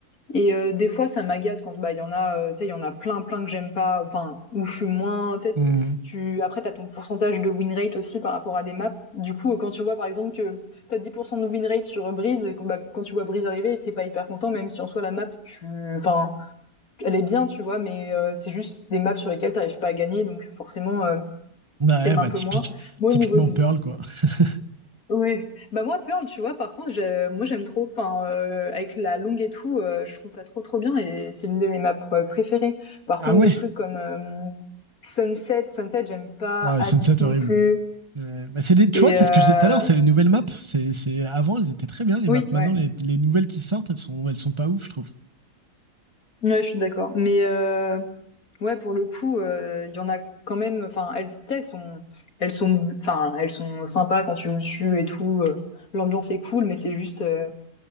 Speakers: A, on the left (about 60°); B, on the right (about 20°).
A: Et euh, des fois, ça m'agace quand bah il y en a, euh, tu sais, il y en a plein, plein que j'aime pas, enfin où je suis moins, tu sais,
B: Hmm.
A: tu après t'as ton pourcentage de win rate aussi par rapport à des maps. Du coup, quand tu vois par exemple que t'as 10% de win rate sur Breeze, et bah, quand tu vois Breeze arriver, t'es pas hyper content, même si en soi la map, tu, enfin, elle est bien, tu vois, mais euh, c'est juste des maps sur lesquelles t'arrives pas à gagner, donc forcément euh,
B: Ouais,
A: t'aimes
B: bah
A: un peu
B: typique,
A: moins. Moi,
B: typiquement
A: au niveau du
B: Pearl, quoi. <laughs>
A: Ouais. Bah moi, Pearl, tu vois, par contre, j'ai- moi j'aime trop. Enfin, euh, avec la longue et tout, euh, je trouve ça trop trop bien et c'est l'une de mes maps euh, préférées. Par
B: Ah
A: contre,
B: ouais.
A: des trucs comme euh, Sunset, Sunset, j'aime pas,
B: Ouais,
A: Abyss
B: Sunset
A: non
B: horrible.
A: plus.
B: Ouais, mais c'est les, tu
A: Et
B: vois, c'est
A: euh,
B: ce que je disais tout à l'heure, c'est les nouvelles maps. C'est, c'est, avant, elles étaient très bien, les
A: oui,
B: maps. Maintenant,
A: ouais,
B: les, les nouvelles qui sortent, elles sont, elles sont pas ouf, je trouve.
A: ouais, je suis d'accord. Mais euh, ouais, pour le coup, euh, il y en a quand même. Enfin, elles, tu sais, elles sont, elles sont, enfin, elles sont sympas quand tu joues dessus et tout. euh, L'ambiance est cool, mais c'est juste. euh,